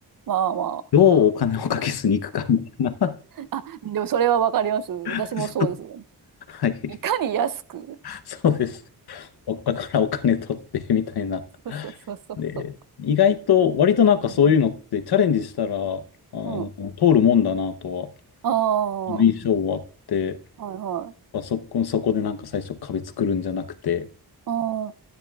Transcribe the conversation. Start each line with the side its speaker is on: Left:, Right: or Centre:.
Right: まあまあ。
Left: どうお金をかけずに行くかみたいな。
Right: あ、でもそれはわかります。私もそうですも
Left: <laughs> はい、
Right: ん。いかに安く。
Left: そうです。どっかからお金取ってみたいな
Right: そうそうそうそうそう。
Left: で、意外と、割となんかそういうのってチャレンジしたら、
Right: うん。
Left: あの、
Right: うん。
Left: 通るもんだなとは、
Right: ああ、
Left: 印象はあって、
Right: はいはい。
Left: まあそこ、そこでなんか最初壁作るんじゃなくて、
Right: ああ、